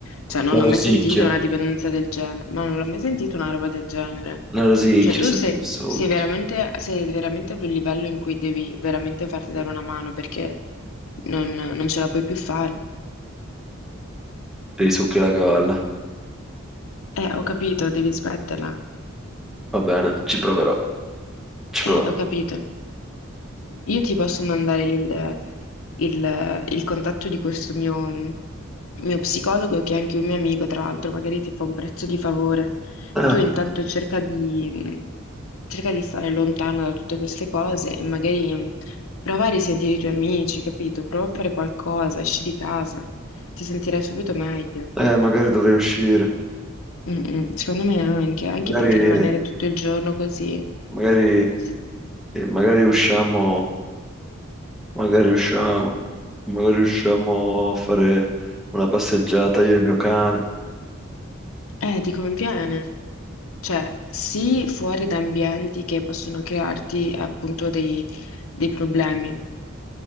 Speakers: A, on the left; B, in the centre.
A: cioè, non
B: la
A: l'ho
B: rosicchio,
A: mai sentita una dipendenza del genere, ma non l'ho mai sentita una roba del genere.
B: la rosicchio,
A: Cioè, tu
B: sento
A: sei,
B: i succhi,
A: sei veramente, sei veramente ad un livello in cui devi veramente farti dare una mano perché non, non ce la puoi più fare.
B: dei succhi la colla.
A: Eh, ho capito, devi smetterla.
B: Va bene, ci proverò, ci
A: Eh,
B: proverò.
A: ho capito. Io ti posso mandare il, il- il contatto di questo mio, mio psicologo, che è anche un mio amico, tra l'altro, magari ti fa un prezzo di favore.
B: Ah,
A: Tu intanto cerca di, cerca di stare lontano da tutte queste cose e magari mh, prova a risentire i tuoi amici, capito? Prova a fare qualcosa, esci di casa, ti sentirai subito meglio.
B: eh, magari dovrei uscire,
A: Mm, mm, Secondo me anche, anche
B: magari,
A: perché rimanere tutto il giorno così,
B: magari,
A: sì,
B: magari usciamo, magari usciamo, magari usciamo a fare una passeggiata io e il mio cane.
A: eh, ti conviene. Cioè, sì, fuori da ambienti che possono crearti appunto dei, dei problemi.